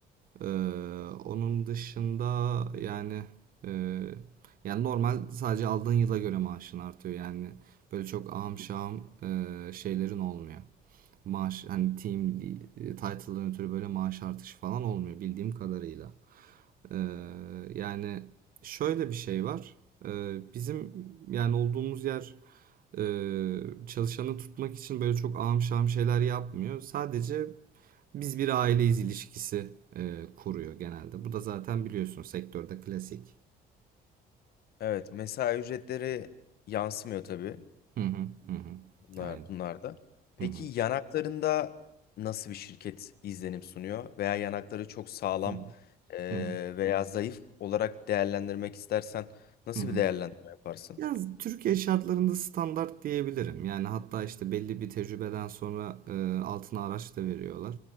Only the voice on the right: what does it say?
Ee, onun dışında yani e, yani normal sadece aldığın yıla göre maaşın artıyor yani böyle çok ahım şahım e, şeylerin olmuyor. Maaş hani team e, title'dan ötürü böyle maaş artışı falan olmuyor bildiğim kadarıyla. Ee, yani şöyle bir şey var. Ee, bizim yani olduğumuz yer e, çalışanı tutmak için böyle çok ahım şahım şeyler yapmıyor. Sadece biz bir aileyiz ilişkisi e, kuruyor genelde. Bu da zaten biliyorsun sektörde klasik.
Hı hı hı hı.
Aynen.
Hı hı
hı
hı hı hı.
Hı hı.
Ya Türkiye şartlarında standart diyebilirim. Yani hatta işte belli bir tecrübeden sonra e, altına araç da veriyorlar.